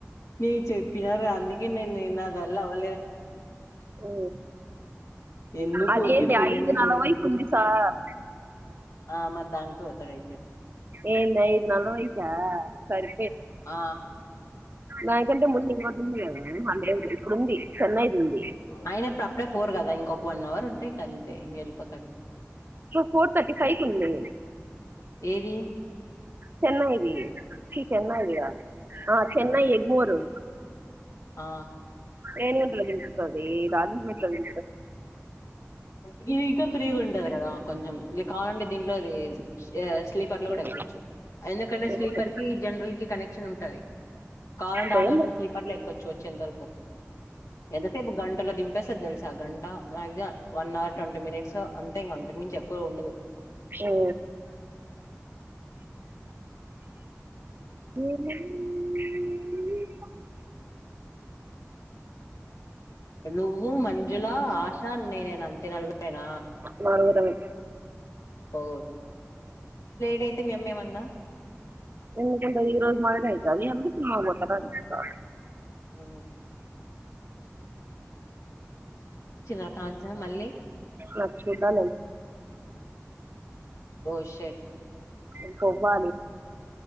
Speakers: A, on the left; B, on the right.
A: నీ చెట్ని తినరు అందుకే నేన్ నేన్ అదా ఒ
B: ఓ
A: ఎందుకు
B: అదేంటి
A: ఊరికే పొయ్యే
B: ఐదు
A: ముందు
B: నాలవై కు ఉంది సార్
A: ఆ మరి దానికి పోతారు అయితే
B: ఏంది ఐదు నలవై కా సరే
A: ఆ
B: నాక్ అంతకంటే ముందు ఇంకోటి ఉంది కదా అహ లేవు ఇప్పుడుంది చెన్నైది ఉంది
A: ఆయన ఇప్పుడు అప్పుడే ఫోర్ కదా ఇంకో వన్ అవర్ ఉంటాయి అంతే ఇంకా వెల్పోతాడు
B: ఫోర్ థర్టీ ఫైవ్ కు ఉంది
A: ఏది
B: చెన్నై దీ చెన్నై ఇాల చెన్నై ఎగమూరు
A: ఆ
B: ఏనుగుంటలో నిలుపితుది రాజ మట్లో ని
A: ఇది ఇంకా ఫ్రీగా ఉంటది కదా కొంచెం ఇక కావాలంటే దీంట్లో అది స్లీపర్ లో కూడా
B: ఓకే,
A: ఎక్కవచ్చు ఎందుకంటే స్లీపర్
B: ఓకే.
A: కి జనరల్ కి కనెక్షన్ ఉంటు కాాలంటే
B: ముప్పై
A: ఆడ వరకు కలీపర్లు ఎక్కొచ్చు వచ్చేంత వరకు ఎంతసేపు గంటలో దంపేస్త అది తెలుసు గంట మాక్సి వన్ అవర్ ట్వంటీ మినిట్సో అంతే ఇంకా అంతక నుంచి మించి ఎక్కువ ఉండదు
B: ముప్పై ఊ ఉఉఉఉఉఉఉ ఉంటా
A: నువ్వు మంజులా ఆశా నేనేన అంతే నలుగురుమేన
B: నలుగురమే
A: ఓ అయితే మీ అమ్మ ఏమంద
B: ఎందుకు అయితది ఏమన్నా అంటే ఈరోజు మాదిరి సినిమాకు పోతున్నాను అని చెప్తా
A: ఊ రా కాంచన మళ్ళీ
B: అ నచ్చూదా
A: ఓ షట్
B: ఇంకా అవునా